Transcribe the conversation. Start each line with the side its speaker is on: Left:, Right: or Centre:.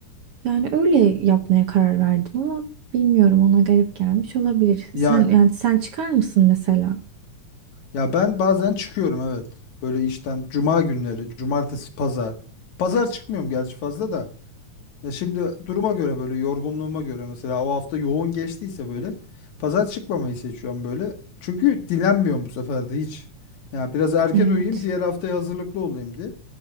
Right: Yani öyle yapmaya karar verdim ama bilmiyorum ona garip gelmiş olabilir.
Left: Yani
Right: Sen yani sen çıkar mısın mesela?
Left: Ya ben bazen çıkıyorum evet. Böyle işten cuma günleri, cumartesi, pazar. Pazar çıkmıyorum gerçi fazla da. Ya şimdi duruma göre böyle yorgunluğuma göre mesela o hafta yoğun geçtiyse böyle pazar çıkmamayı seçiyorum böyle. Çünkü dinlenmiyorum bu sefer de hiç. Ya biraz erken
Right: Evet.
Left: uyuyayım diğer haftaya hazırlıklı olayım diye.